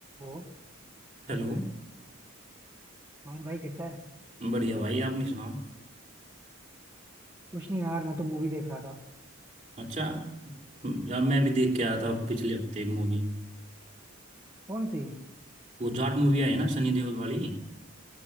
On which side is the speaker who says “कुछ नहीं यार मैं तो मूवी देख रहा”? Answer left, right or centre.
Right